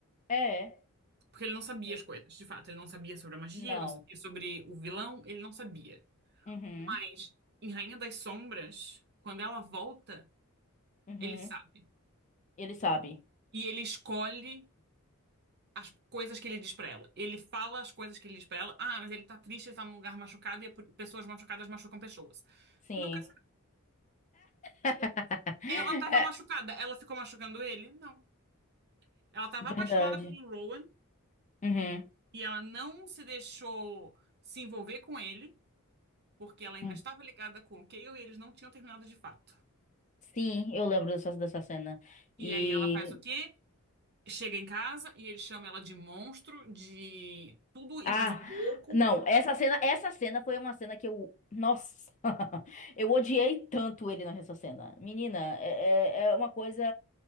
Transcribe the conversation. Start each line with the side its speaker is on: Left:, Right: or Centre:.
Left: É.
Right: Porque ele não sabia
Left: Sim.
Right: as coisas, de fato. Ele não sabia sobre a magia,
Left: Não.
Right: ele não sabia sobre o vilão, ele não sabia.
Left: Uhum.
Right: Mas em Rainha das Sombras, quando ela volta,
Left: Uhum.
Right: ele sabe.
Left: Ele sabe.
Right: E ele escolhe as coisas que ele diz pra ela. Ele fala as coisas que ele diz pra ela. Ah, mas ele tá triste, ele tá num lugar machucado e é por- pessoas machucadas machucam pessoas.
Left: Sim.
Right: Não quero saber.
Left: <laughs>
Right: Ela tava
Left: É,
Right: machucada, ela ficou machucando ele? Não. Ela estava
Left: verdade.
Right: apaixonada pelo Rowan
Left: Uhum.
Right: e ela não se deixou se envolver com ele, porque ela ainda
Left: Hum.
Right: estava ligada com o Cale e eles não tinham terminado de fato.
Left: Sim, eu lembro dessa, dessa cena.
Right: E
Left: E.
Right: aí ela faz o quê? Chega em casa e ele chama ela de monstro, de tudo e
Left: Ah!
Right: mais um pouco,
Left: Não, essa cena, essa cena foi uma cena que eu. Nossa! <laughs> Eu odiei tanto ele nessa cena. Menina, é, é é uma coisa.